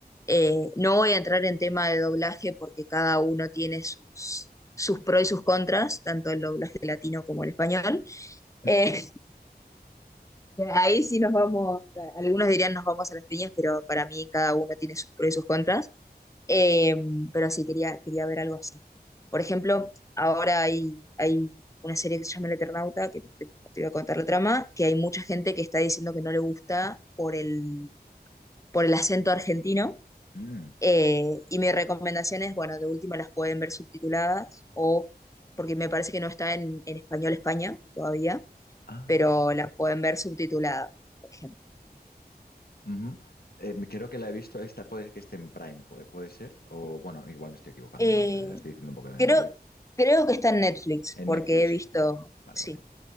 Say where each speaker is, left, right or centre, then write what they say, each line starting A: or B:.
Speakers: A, on the left; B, on the left.
A: Eh, no voy a entrar en tema de doblaje porque cada uno tiene sus, sus pros y sus contras, tanto el doblaje latino como el español.
B: <laughs>
A: Eh, Ahí sí nos vamos, algunos dirían nos vamos a las piñas, pero para mí cada uno tiene sus pros y sus contras. Eh, pero sí, quería, quería ver algo así. Por ejemplo, ahora hay, hay una serie que se llama El Eternauta, que no te, no te voy a contar la trama, que hay mucha gente que está diciendo que no le gusta por el, por el acento argentino.
B: Mm.
A: Eh, y mi recomendación es, bueno, de última las pueden ver subtituladas o porque me parece que no está en, en español España todavía,
B: Ah,
A: pero
B: vale.
A: la pueden ver subtitulada, por ejemplo.
B: Ujú. Eh, creo que la he visto, esta puede que esté en Prime, puede, puede ser, o bueno, igual me estoy equivocando,
A: Eh,
B: no lo sé, te lo estoy diciendo un poco de memoria.
A: creo, creo que está en Netflix,
B: En
A: porque
B: Netflix,
A: he visto,
B: vale, vale,
A: sí.
B: vale.